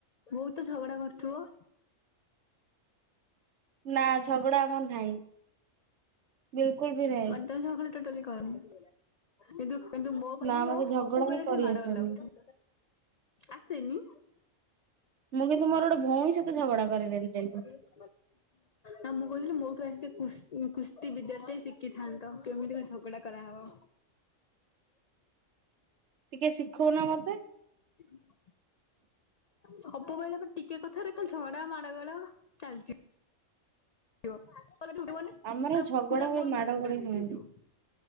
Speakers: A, on the left; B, on the right.
A: ବହୁତ ତ ଝଗଡା କରୁଥିବ
B: ନା ଝଗଡା ଆମର ନାହିଁ ବିଲକୁଲ ବି ନାହିଁ।
A: ମାନେ ତମ ଝଗଡା ଟୋଟାଲି କରନି କିନ୍ତୁ କିନ୍ତୁ ମୋ ଭାଇ
B: ନା ମତେ
A: ମୋ
B: ଝଗଡା
A: ସବୁବେଳେ
B: ହିଁ କରିଆସେନି
A: ମାଡଗଳ ଲାଗୁଛି ଆସେନି
B: ମୁଁ କିନ୍ତୁ ମୋର ଗୋଟେ ଭଉଣୀସେତ ଝଗଡା କରେ ଡେଲି ଡେଲି।
A: କଣ କରିବି? ନା ମୁଁ କହୁଥିଲି ମୋଠୁ ଆସି କୁସ୍ତି ବିଦ୍ୟାର୍ଥ ଶିଖିଥାନ୍ତ, କେମିତି କଣ ଝଗଡା କରାହବ।
B: ଟିକେ ଶିଖଉନା ମତେ
A: <unintelligible> ସବୁବେଳେ ଆମେ ଟିକେ କଥାରେ ଖାଲି ଝଗଡା, ମାଡ ଗୋଳ ଚାଲିଚି। <unintelligible> ପୁରା
B: ଆମର ଝଗଡା
A: ପୁରା
B: ହୁଏ
A: ମୋର
B: ମାଡ
A: ମୁଣ୍ଡ
B: ଗୋଳି
A: ହିଟ୍
B: ହୁଏନି
A: ହେଇଯିବ।